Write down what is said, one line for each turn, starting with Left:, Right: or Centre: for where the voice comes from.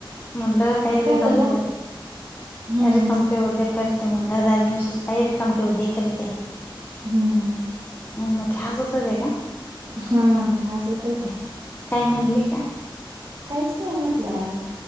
Left: म्हंटलं काही रिकम
Right: त्यांना लय
Left: ठेव,
Right: हम्म
Left: रिकम ठेव दे. तर ते म्हण दाजी म्ह काही रिकाम ठेवते करीते.
Right: हम्म.
Left: मग मग ते हसत होते का?
Right: हम्म ते हसत होते.
Left: काय म्हणले का?
Right: काहीच नाही म्हटल्या अग.